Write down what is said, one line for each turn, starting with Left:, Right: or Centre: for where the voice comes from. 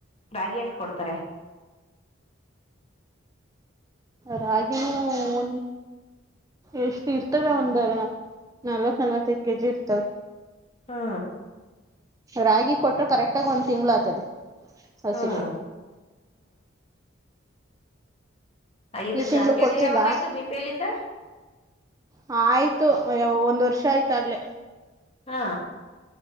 Left: ರಾಗಿ ಎಷ್ಟು ಕೊಡ್ತಾರೆ
Right: ರಾಗಿನೂ ಒನ್ ಎಷ್ಟು ಇರ್ತವೆ ಒಂದ ನಲ್ವತ್ ನಲ್ವತ್ತೈದು ಕೆಜಿ ಇರ್ತವೆ
Left: ಹಾ
Right: ರಾಗಿ ಕೊಟ್ರೆ ಕರೆಕ್ಟಾಗಿ ಒಂದ್ ತಿಂಳ ಆಗ್ತದೆ ಹಸಿಕ
Left: ಹ್ಮ್ ಇದಕ್ಕ
Right: ತಿಂಗ್ಳು
Left: ಅಂತ್ಯದ
Right: ಕೊಟ್ಟಿಲ್ಲ
Left: ಯಾವಾಗಯ್ತು ಬಿ ಪಿಲ್ಲಿಂದ
Right: ಹ ಆಯ್ತು ಒಂದ್ ವರ್ಷ ಆಯ್ತ ಆಾಗ್ಲೆೇ
Left: ಹಾ